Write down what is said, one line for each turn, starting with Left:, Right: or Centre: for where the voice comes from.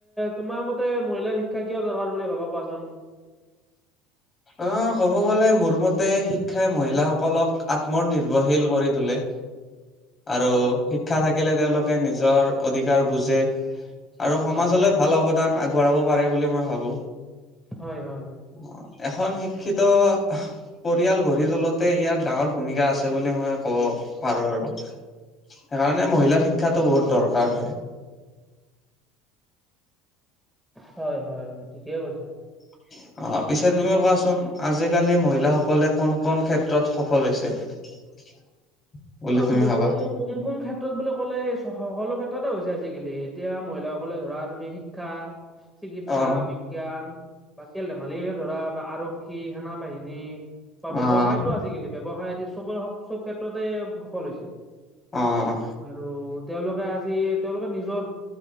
Centre: তোমাৰ মতে মহিলাৰ শিক্ষা কিয় দৰকাৰ বুলি ভাবা কোৱাচোন
Left: অ ক'ব গলে মোৰ মতে শিক্ষাই মহিলাসকলক আত্মনিৰ্ভৰশীল কৰি তোলে আৰু
Centre: হয় হয়
Left: শিক্ষা থাকিলে তেওঁলোকে নিজৰ অধিকাৰ বুজে আৰু সমাজলৈ
Centre: হয়
Left: ভাল অৱদান আগবঢ়াব পাৰে বুলি মই ভাবোঁ
Centre: হয় হয়
Left: অ এখন শিক্ষিত পৰিয়াল গঢ়ি তোলোতে ইয়াৰ ডাঙৰ ভূমিকা আছে বুলি মই কব পাৰো আৰু সেইকাৰণে মহিলাৰ শিক্ষাটো বহুত দৰকাৰ
Centre: হয় হয় হয় ঠিকেই কৈছা
Left: <inaudible> অ পিছে তুমি কোৱাচোন আজিকালি মহিলাসকলে কোন কোন ক্ষেত্ৰত সফল হৈছে <inaudible>
Centre: অ মোৰ
Left: ভাবা?
Centre: কোন কোন ক্ষেত্ৰত বুলি ক'লে সকলো ক্ষেত্ৰতে হৈছে আজিকালি এতিয়া মহিলাসকলে ধৰা তুমি শিক্ষা চিকিৎসা
Left: অ'
Centre: জ্ঞান বা খেল ধেমালি ধৰা বা আৰক্ষী সেনা বাহিনী বা ব্যৱসায়টো
Left: অ'
Centre: আজিকালি ব্যৱসায় আদি চবৰে চব ক্ষেত্ৰতে সফল হৈছে
Left: অ'
Centre: আৰু তেওঁলোকে আজি তেওঁলোকে নিজৰ